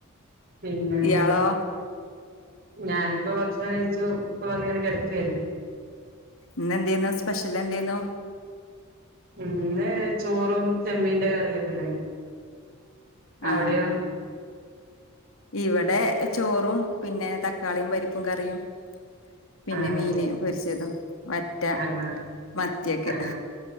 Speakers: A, on the right; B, on the left.
A: പിന്നെന്തൊക്കെയാണ്
B: ഇയാളോ
A: ഞാനിപ്പോ ഭക്ഷണം കഴിച്ചു ഇപ്പ വന്ന് ങ്ങനെ കെട്ക്കേയ്ന്.
B: ഇന്നെന്തേന്നു സ്പെഷ്യൽ എന്തേന്നു?
A: ഇന്ന് ചോറും ചെമ്മീന്റെ കറിയൊക്കെ തന്നെ. അവിടെയോ
B: ആഹ്. ഇവടെ ചോറും പിന്നെ തക്കാളിം പരിപ്പും കറിയും പിന്നെ
A: ആഹ്
B: മീന്
A: അതെയോ
B: പൊര്ച്ചതും, വറ്റ.
A: ആഹ്
B: മത്തൊക്കെ
A: ആഹ്